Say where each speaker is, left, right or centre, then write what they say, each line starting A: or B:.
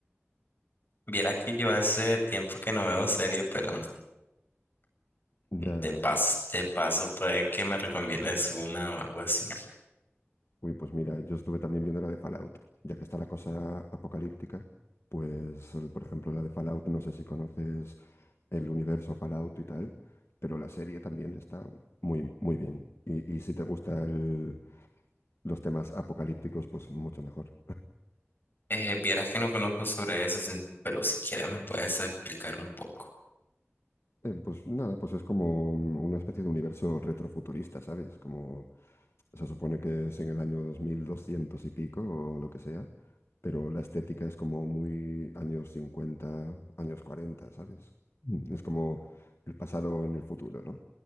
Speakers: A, on the left; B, on the left.
A: vieras que yo hace tiempo que no veo serie, pero
B: Ya.
A: de paso,
B: ah,
A: de paso puede que me recomiendes una o algo así.
B: Uy, pues mira, yo estuve también viendo la de Fallout, ya que está la cosa apocalíptica. Pues, el- por ejemplo, la de Fallout, no sé si conoces el universo Fallout y tal, pero la serie también está muy, muy bien. Y, y si te gustan los temas apocalípticos, pues mucho mejor.
A: Eh, vieras que no conozco sobre eso, sí, pero si quieres me puedes explicar un poco.
B: Eh, pues nada, pues es como un- una especie de universo retrofuturista, ¿sabes? Como se supone que es en el año 2200 y pico o lo que sea, pero la estética es como muy años 50, años 40, ¿sabes? Mm, Es como el pasado en el futuro, ¿no?